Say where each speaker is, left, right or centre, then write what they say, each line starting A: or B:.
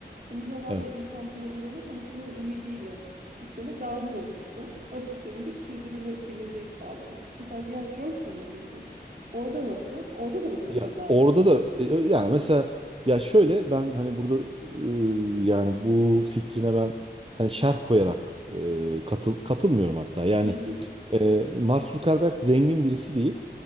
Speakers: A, on the right; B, on the right.
A: E, milyonlarca
B: Evet.
A: insan buna inanır. Hani bunun ümidiyle sisteme dahil olursun. O sistemin de sürdürülebilirliği sağlanır. Mesela diğer Joy filmi miydi? Orada nasıl? Orada da mı sıfırdan?
B: Ya orada da e, yani mesela ya şöyle ben hani burada e, yani bu fikrine ben hani şerh koyarak e, katıl katılmıyorum hatta. Yani
A: Hı hı,
B: e, Mark Zuckerberg zengin birisi değil